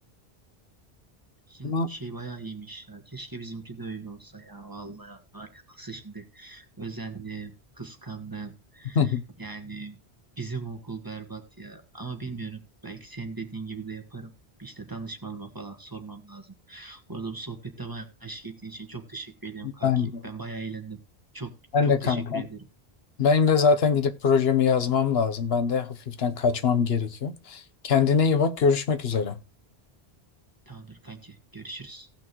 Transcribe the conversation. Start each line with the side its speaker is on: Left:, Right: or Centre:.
Right: Sizin
Left: Ama
Right: şey bayağı iyiymiş ya. Keşke bizimki de öyle olsa ya. Vallahi var ya nasıl şimdi özendim, kıskandım.
Left: <laughs>
Right: Yani bizim okul berbat ya. Ama bilmiyorum. Belki senin dediğin gibi de yaparım. İşte danışmanıma falan sormam lazım. Bu arada bu sohbette bana eşlik ettiğin için çok teşekkür ederim kanki.
Left: ben de,
Right: Ben bayağı eğlendim. Çok
Left: ben
Right: çok
Left: de kanka.
Right: teşekkür ederim.
Left: Benim de zaten gidip projemi yazmam lazım. Ben de hafiften kaçmam gerekiyor. Kendine iyi bak, görüşmek üzere.
Right: Tamamdır kanki. Görüşürüz.